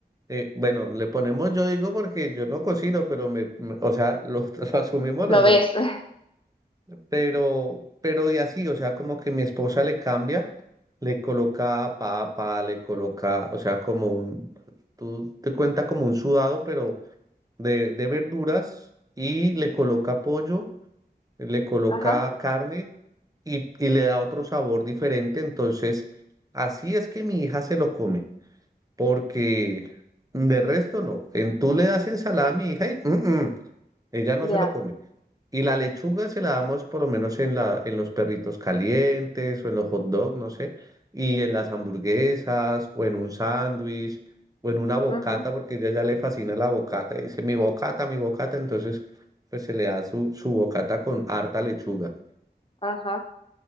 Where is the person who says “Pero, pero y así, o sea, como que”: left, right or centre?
Right